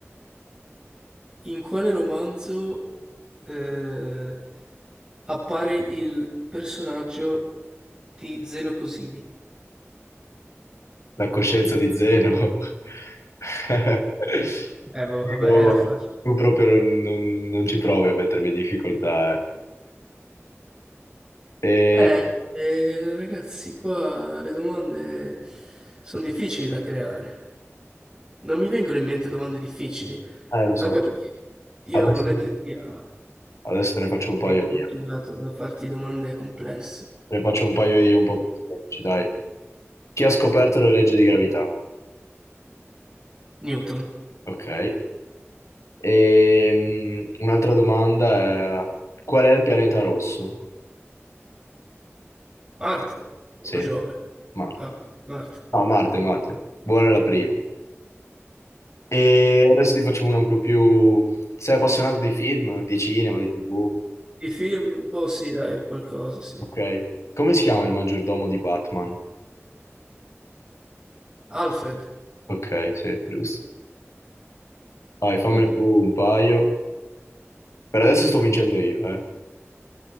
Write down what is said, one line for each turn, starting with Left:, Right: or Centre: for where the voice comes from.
Right: in quale romanzo eh, appare il personaggio di Zeno Cosini?
Left: La coscienza di Zeno. <laughs>
Right: Eh, boh,
Left: Dico,
Right: vabbè, era facile.
Left: ma tu proprio non, non- non ci provi a mettermi in difficoltà. Eh, E-
Right: Eh, eh, ragazzi, qua le domande sono difficili da creare. Non mi vengono in mente domande difficili,
Left: eh, lo so.
Right: anche perché io
Left: Adesso,
Right: non è che sia
Left: adesso te ne faccio un paio
Right: sia culturato
Left: io.
Right: da farti domande complesse.
Left: Te ne faccio un paio io un po' più semplici, dai. Chi ha scoperto la legge di gravità?
Right: Newton,
Left: Ok. E mm, un'altra domanda è qual è il pianeta rosso?
Right: Marte o
Left: Sì,
Right: Giove?
Left: Marte.
Right: Ah, Marte.
Left: No, Marte, Marte. Buona la prima. E adesso ti faccio una un po' più... Sei appassionato di film, di cinema, di TV?
Right: I film, boh, sì, dai, qualcosa, sì.
Left: Ok. Come si chiama il maggiordomo di Batman?
Right: Alfred.
Left: Ok, sì, giusto. Dai, fammene
Right: Mm.
Left: tu un paio. Per adesso sto vincendo io, eh,